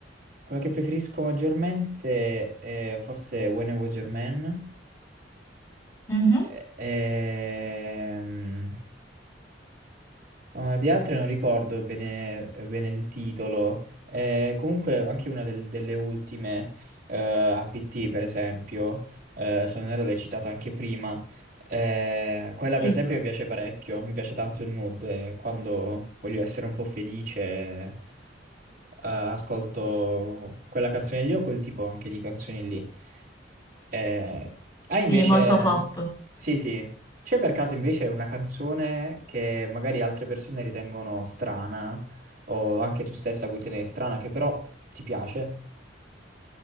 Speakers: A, on the right; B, on the left.
A: quella che preferisco maggiormente è forse When I Was Your Man.
B: Mhm,
A: E- ehm, Ah, di altre non ricordo bene, bene il titolo. Eh, comunque anche una del- delle ultime, eh, APT per esempio, eh, se non ero l'hai citata anche prima, eh, quella
B: Sì,
A: per esempio mi piace parecchio, mi piace tanto il mood, eh, quando voglio essere un po' felice, eh, ascolto quella canzone lì o quel tipo anche di canzoni lì. Eh, ah, invece,
B: quindi molto pop.
A: sì, sì, c'è per caso invece una canzone che magari altre persone ritengono strana, o anche tu stessa puoi tenere strana, che però ti piace?